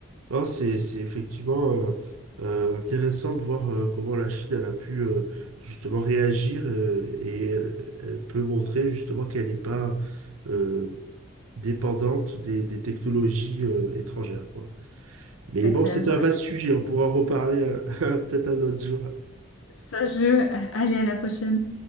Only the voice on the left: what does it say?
C'est
clair,
ouais.
Ça je, A allez, à la prochaine.